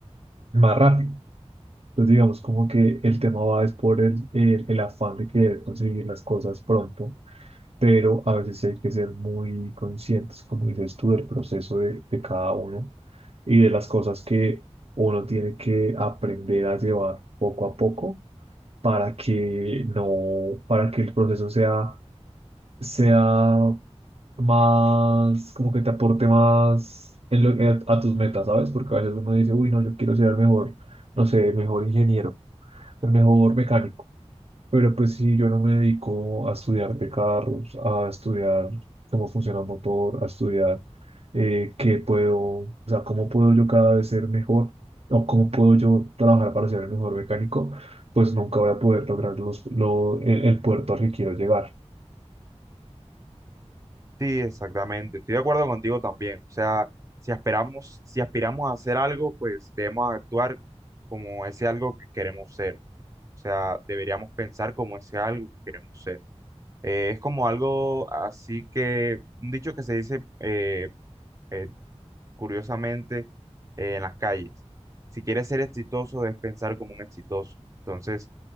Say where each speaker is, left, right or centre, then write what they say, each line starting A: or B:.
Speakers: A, on the right (about 60°); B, on the right (about 25°).
A: más rápido. Entonces digamos como que el tema va es por el, el, el afán de querer conseguir las cosas pronto pero a veces sí hay que ser muy conscientes, como dices tú, del proceso de, de cada uno y de las cosas que uno tiene que aprender a llevar poco a poco para que no, para que el proceso sea, sea más, como que te aporte más en lo, a, a tus metas, ¿sabes? Porque a veces uno dice, uy, no, yo quiero ser el mejor, no sé, el mejor ingeniero, el mejor mecánico pero pues sí, yo no me dedico a estudiar de carros, a estudiar cómo funciona un motor, a estudiar eh, qué puedo, o sea, cómo puedo yo cada vez ser mejor o cómo puedo yo trabajar para ser el mejor mecánico, pues nunca voy a poder lograr los, lo, el, el puerto al que quiero llegar.
B: Sí, exactamente. Estoy de acuerdo contigo también. O sea, si esperamos, si aspiramos a hacer algo, pues debemos actuar como ese algo que queremos ser. O sea, deberíamos pensar como ese algo que queremos ser. Eh, es como algo así que, un dicho que se dice eh, eh, curiosamente eh, en las calles. Si quieres ser exitoso, debes pensar como un exitoso. Entonces,